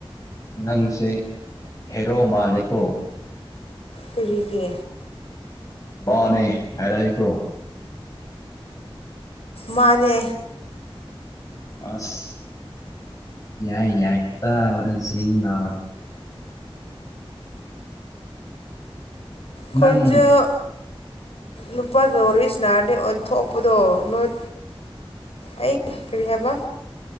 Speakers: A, on the left; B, on the left.
A: ꯅꯪꯁꯦ ꯍꯦꯔꯣ ꯃꯥꯂꯦꯀꯣ
B: ꯀꯔꯤꯒꯤ
A: ꯃꯥꯅꯦ ꯍꯥꯏꯔꯛꯏꯀꯣ
B: ꯃꯥꯅꯦ
A: ꯑꯁ ꯌꯥꯏ ꯌꯥꯏ ꯇꯥꯕꯗ ꯖꯤꯡ ꯂꯥꯎꯋꯦ
B: ꯈꯣꯟꯖꯦꯜ
A: ꯅꯪ
B: ꯅꯨꯄꯥꯒ ꯋꯥꯔꯤꯁꯤ ꯁꯥꯅꯔꯅꯤ ꯑꯣꯟꯊꯣꯛꯄꯗꯣ ꯅꯣꯏ ꯑꯩ ꯀꯔꯤ ꯍꯥꯏꯕ